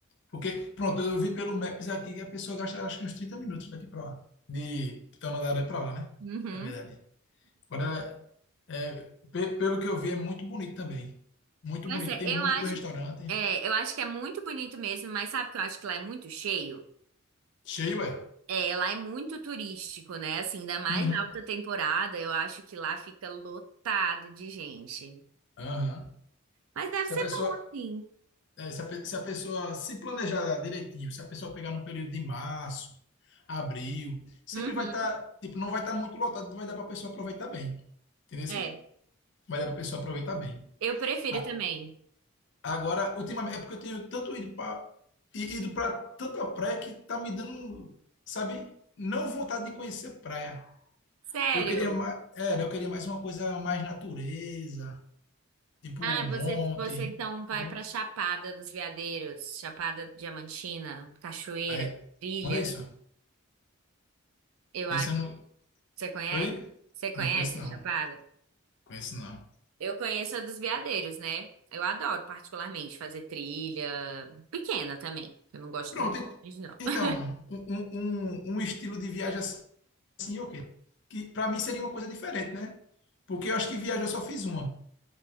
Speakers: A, on the left; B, on the right.
A: porque, pronto, eu vi pelo Maps aqui que a pessoa gasta acho que uns 30 minutos daqui para lá. De Tamandaré para lá, né?
B: Uhum.
A: Na verdade. Agora, é, pe- pelo que eu vi, é muito bonito também. Muito
B: Pois
A: bonito.
B: é,
A: Tem
B: eu
A: muito
B: acho,
A: restaurante.
B: é, eu acho que é muito bonito mesmo, mas sabe que eu acho que lá é muito cheio?
A: Cheio, é.
B: É, lá é muito turístico, né? Assim, ainda mais
A: Uhum.
B: na alta temporada, eu acho que lá fica lotado de gente.
A: Aham.
B: Mas deve
A: Se
B: ser
A: a pessoa,
B: bom, sim.
A: é, se a, pe- se a pessoa se planejar direitinho, se a pessoa pegar no período de março, abril, sempre
B: Uhum.
A: vai estar, tipo, não vai estar muito lotado, vai dar para a pessoa aproveitar bem. Entendeu? assim?
B: É,
A: Vai dar para a pessoa aproveitar bem.
B: eu prefiro
A: A-
B: também.
A: Agora, ultimamente, é porque eu tenho tanto ido para ido para tanta praia que tá me dando, sabe, não vontade de conhecer praia.
B: Sério.
A: Eu queria mais, era, eu queria mais uma coisa mais natureza, tipo
B: Ah,
A: um monte,
B: você, você então vai
A: entendeu?
B: pra Chapada dos Veadeiros, Chapada Diamantina, Cachoeira,
A: Aí,
B: Trilha.
A: olha isso.
B: Eu acho
A: Isso eu
B: que
A: não.
B: você conhece.
A: Oi?
B: Você conhece
A: Não conheço não.
B: a Chapada?
A: Conheço não.
B: Eu conheço a dos Veadeiros, né? Eu adoro particularmente fazer trilha pequena também. Eu não gosto de
A: Pronto.
B: trilha,
A: ent-
B: grande, não.
A: Então,
B: <laughs>
A: um, um, um um estilo de viagem assim, assim, o quê? Que para mim seria uma coisa diferente, né? Porque eu acho que viagem eu só fiz uma.